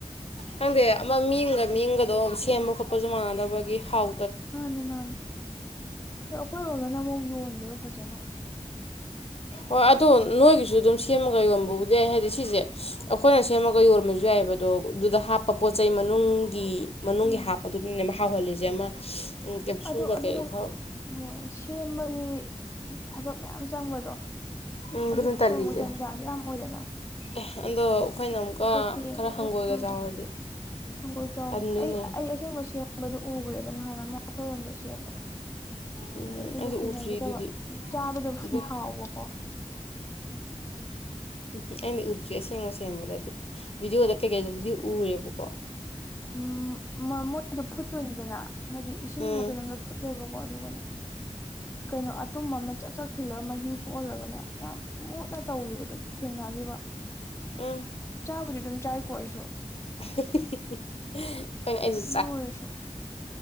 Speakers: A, on the left (about 55°); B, on the left (about 20°).
A: ꯈꯪꯗꯦ ꯑꯃ ꯃꯤꯑꯃꯒ ꯃꯤꯑꯃꯒꯗꯣ ꯁꯦꯝꯕ ꯈꯣꯠꯄꯁꯨ ꯃꯥꯟꯅꯗꯕꯒꯤ ꯍꯥꯎ
B: ꯃꯥꯅꯦ ꯃꯥꯅꯦ ꯑꯩꯈꯣꯏ ꯑꯣꯏꯕꯅ ꯑꯃꯨꯛ ꯌꯣꯟꯗꯦꯕ ꯐꯖꯅ
A: ꯍꯣꯏ ꯑꯗꯨ ꯅꯣꯏꯒꯤꯁꯨ ꯑꯗꯨꯝ ꯁꯦꯝꯃꯒ ꯌꯣꯟꯕꯕꯨꯗꯤꯏ ꯌꯥꯏ ꯍꯥꯏꯗꯤ ꯁꯤꯁꯦ ꯑꯩꯈꯣꯏꯅ ꯁꯦꯝꯃꯒ ꯌꯣꯟꯕꯁꯨ ꯌꯥꯏꯑꯕ ꯑꯗꯣ ꯑꯗꯨꯗ ꯍꯥꯞꯄ ꯄꯣꯠ ꯆꯩꯩ ꯃꯅꯨꯡꯒꯤ ꯃꯅꯨꯡꯒꯤ
B: ꯎꯝ
A: ꯍꯥꯞꯄꯗꯨꯅꯅꯦ ꯍꯥꯎꯍꯜꯂꯤꯁꯦ ꯑꯃ ꯀꯦꯞꯁꯨꯜꯒ
B: ꯑꯗꯣ ꯑꯗꯨꯗ
A: ꯀꯩ ꯈꯔ
B: ꯑꯃꯨꯛ ꯁꯦꯝꯕꯩ ꯊꯕꯛ ꯃꯌꯥꯝ ꯆꯪꯕꯗꯣ
A: ꯎꯝ ꯑꯗꯨꯅ
B: ꯑꯗꯨꯁꯨ
A: ꯇꯜꯂꯤꯁꯦ
B: ꯑꯃꯨꯛ ꯖꯟꯖꯥꯗꯤ ꯌꯥꯝ ꯑꯣꯏꯗꯥꯅ
A: ꯑꯦ ꯑꯗꯣ ꯑꯩꯈꯣꯏꯅ ꯑꯃꯨꯛꯀ
B: ꯇꯦꯡꯉꯨ
A: ꯈꯔ ꯍꯪꯒꯣꯏꯒ
B: ꯎꯝ
A: ꯆꯥꯎꯔꯗꯤ
B: ꯍꯪꯒꯣꯏ ꯆꯥꯎꯕ
A: ꯇꯟꯗꯣꯏꯅꯦ
B: ꯑꯩ ꯑꯩ ꯑꯁꯦꯡꯕ ꯁꯦꯝꯕꯗꯨ ꯎꯈ꯭ꯔꯦꯕ ꯅꯍꯥꯟ ꯑꯃ ꯑꯩꯈꯣꯏꯔꯣꯝꯗ ꯁꯦꯝꯕꯗ
A: ꯎꯝ
B: ꯑꯗꯩꯒꯤꯗꯤ
A: ꯑꯩꯗꯤ
B: ꯍꯩꯅꯈꯤꯗꯕ
A: ꯎꯗ꯭ꯔꯤ ꯑꯗꯨꯗꯤ
B: ꯑꯗꯨ ꯆꯥꯕꯗꯕꯨꯗꯤ
A: ꯑꯗꯨ
B: ꯍꯥꯎꯕꯀꯣ
A: ꯎꯝ ꯑꯩꯝꯕꯤ ꯎꯗ꯭ꯔꯤ ꯑꯁꯦꯡꯕ ꯁꯦꯝꯕꯗꯗꯤ ꯚꯤꯗꯤꯑꯣꯗ ꯀꯩꯀꯩꯗꯨꯕꯨꯗꯤ ꯎꯔꯦꯕꯀꯣ
B: ꯎꯝ ꯃꯣꯏꯗꯣ ꯐꯨꯠꯇꯣꯏꯅꯤꯗꯅ ꯍꯥꯏꯗꯤ ꯏꯁꯤꯡ
A: ꯎꯝ
B: ꯀꯩꯅꯣꯝꯗ ꯐꯨꯠ ꯂꯩꯕꯀꯣ ꯑꯗꯨꯒꯅꯦ ꯀꯩꯅꯣ ꯑꯇꯨꯝꯕ ꯑꯃꯅ ꯆꯛ ꯆꯛ ꯊꯤꯜꯂꯒ ꯃꯍꯤ ꯊꯣꯛꯍꯜꯂꯒꯅꯦ ꯌꯥꯝ ꯃꯣꯠꯅ ꯇꯧꯈꯤꯕꯗꯨ ꯊꯦꯡꯅꯈꯤꯕ
A: ꯎꯝ
B: ꯆꯥꯕꯗꯤ ꯑꯗꯨꯝ ꯆꯥꯏꯀꯣ ꯑꯩꯁꯨ
A: <inaudible> ꯑꯩꯅ ꯑꯩꯁꯨ
B: ꯗꯨꯑꯣꯏꯁꯨ